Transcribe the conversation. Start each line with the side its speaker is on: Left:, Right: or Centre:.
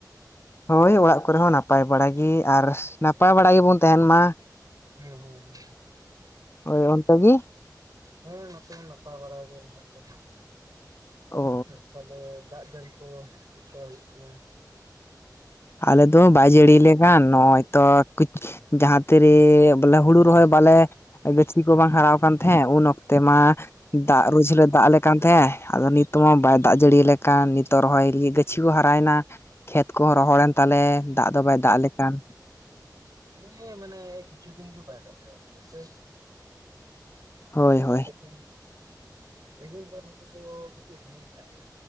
Left: ᱦᱳᱭ ᱚᱲᱟᱜ ᱠᱚᱨᱮ ᱦᱚᱸ ᱱᱟᱯᱟᱭ ᱵᱟᱲᱟᱜ ᱜᱮ ᱟᱨ ᱱᱟᱯᱟᱭ ᱵᱟᱲᱟ ᱜᱮᱵᱚᱱ ᱛᱟᱦᱮᱱ ᱢᱟ᱾
Right: ᱦᱩᱸ ᱦᱩᱸ ᱦᱩᱸ,
Left: ᱦᱳᱭ ᱚᱱᱠᱟ ᱜᱮ᱾
Right: ᱦᱮᱸ ᱱᱚᱛᱮ ᱦᱚ ᱱᱟᱯᱟᱭ ᱵᱟᱲᱟ ᱜᱮ ᱢᱮᱱᱟᱜ ᱞᱮ ᱞᱮᱭᱟ᱾
Left: ᱚ
Right: ᱛᱟᱦᱞᱮ ᱫᱟᱜ ᱡᱟᱹᱲᱤ ᱠᱚ ᱪᱮᱠᱟ ᱦᱩᱭᱩᱜ ᱠᱟᱱᱟ?
Left: ᱟᱞᱮᱫ ᱫᱚ ᱵᱟᱭ ᱡᱟᱹᱲᱤ ᱞᱮ ᱠᱟᱱ ᱱᱚᱜᱼᱚᱭ ᱛᱚᱠᱤᱪᱷᱩ ᱡᱟᱦᱟᱸ ᱛᱤᱨᱤ ᱵᱚᱞᱮ ᱦᱩᱲᱩ ᱨᱚᱦᱚᱭ ᱵᱟᱞᱮ ᱜᱟᱹᱪᱷᱤ ᱠᱚ ᱵᱟᱝ ᱦᱟᱨᱟᱣ ᱠᱟᱱ ᱦᱮᱸ ᱩᱱ ᱚᱠᱛᱮ ᱢᱟ ᱫᱟᱜ ᱨᱩᱡ ᱨᱮ ᱫᱟᱜ ᱞᱮ ᱠᱟᱱ ᱛᱟᱦᱮᱸᱫ ᱟᱫᱚ ᱱᱤᱛ ᱢᱟ ᱵᱟᱭ ᱫᱟᱜ ᱡᱟᱹᱲᱤᱭᱟ ᱞᱮ ᱠᱟᱱ ᱱᱤᱛᱚᱜ ᱨᱚᱦᱚᱭ ᱜᱟᱹᱪᱷᱤ ᱠᱚ ᱦᱟᱨᱟᱭᱮᱱᱟ᱾ ᱠᱷᱮᱛ ᱠᱚᱦᱚᱸ ᱨᱚᱦᱚᱲᱮᱱ ᱛᱟᱞᱮ ᱫᱟᱜ ᱫᱚ ᱵᱟᱭ ᱫᱟᱜ ᱞᱮᱠᱟᱱ᱾
Right: ᱱᱮ ᱮ ᱢᱟᱱᱮ ᱠᱤᱪᱩ ᱫᱤᱱ ᱠᱷᱚᱱ ᱵᱟᱭ ᱫᱟᱜ ᱫᱟ ᱥᱮ᱾ <inaudible>
Left: ᱦᱳᱭ <unintelligible>
Right: ᱨᱤᱢᱤᱞ ᱠᱚ ᱠᱤᱪᱪᱷᱩ <unintelligible>